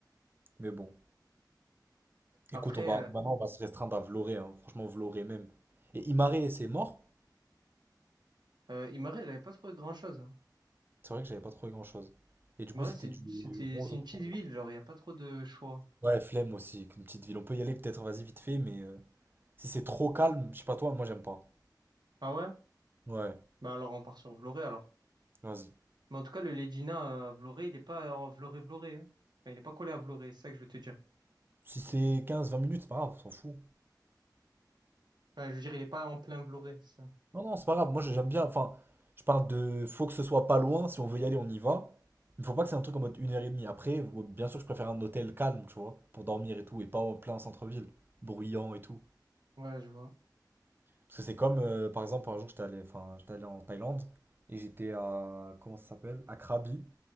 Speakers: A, on the right; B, on the right.
A: Mais bon.
B: Après,
A: Écoute, on va
B: euh,
A: maintenant on va se restreindre à Vloré, hein. Franchement, Vloré même. Et Imaré, c'est mort.
B: euh, Imare, j'avais pas trouvé grand-chose. Hein.
A: C'est vrai que j'avais pas trouvé grand-chose. Et du
B: Imare,
A: coup, c'était
B: c'est,
A: du
B: c'était,
A: 11
B: c'est une
A: au 32.
B: petite ville, genre, il y a pas trop de choix.
A: Ouais, flemme aussi, une petite ville. On peut y aller peut-être, vas-y, vite fait, mais euh, si c'est trop calme, je sais pas toi, moi j'aime pas.
B: Ah ouais?
A: Ouais,
B: Bah alors, on part sur Vloré, alors.
A: vas-y.
B: Mais en tout cas, le Ledina à Vloré, il est pas en Vloré-Vloré. hein. Enfin, il n'est pas collé à Vloré, c'est ça que je veux te dire.
A: Si c'est quinze vingt minutes, c'est pas grave, on s'en fout.
B: Enfin, je veux dire, il est pas en plein Vloré, c'est ça.
A: Non, non, c'est pas grave. Moi, j'aime bien. Enfin, je parle de. Faut que ce soit pas loin. Si on veut y aller, on y va. Il faut pas que c'est un truc en mode une heure et demie. Après, ou- bien sûr, je préfère un hôtel calme, tu vois, pour dormir et tout, et pas en plein centre-ville, bruyant et tout.
B: Ouais, je vois.
A: Parce que c'est comme, euh, par exemple, un jour, j'étais allé, enfin, j'étais allé en Thaïlande et j'étais à. Comment ça s'appelle? À Krabi.